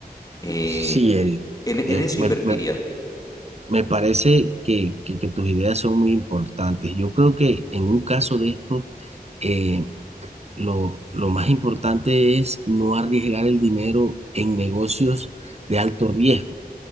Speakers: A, on the left (about 20°); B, on the right (about 40°).
A: Eh,
B: sí, Eric.
A: en, en
B: Eh,
A: eso
B: me,
A: invertiría.
B: me Me parece que, que- que tus ideas son muy importantes. Yo creo que en un caso de esto, eh, lo, lo más importante es no arriesgar el dinero en negocios de alto riesgo.